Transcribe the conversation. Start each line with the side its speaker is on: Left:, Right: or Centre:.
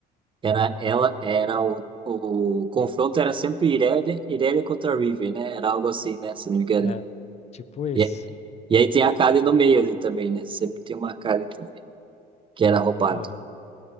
Right: Era ela, era o, o confronto era sempre Irelia, Irelia contra Riven, né? Era algo assim, né? Se não me engano.
Left: É, tipo isso.
Right: E, e aí tem a Kali no meio ali também, né? Sempre tem uma Kali também, que era roubado.
Left: Aham.